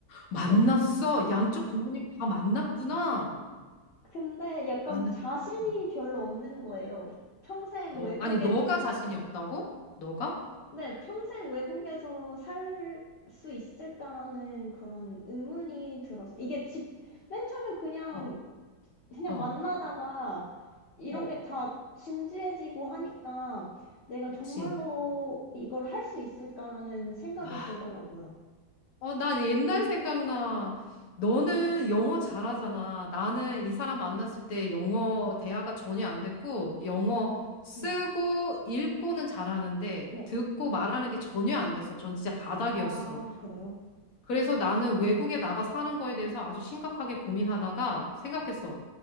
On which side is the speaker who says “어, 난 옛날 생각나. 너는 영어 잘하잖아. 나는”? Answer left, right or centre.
Left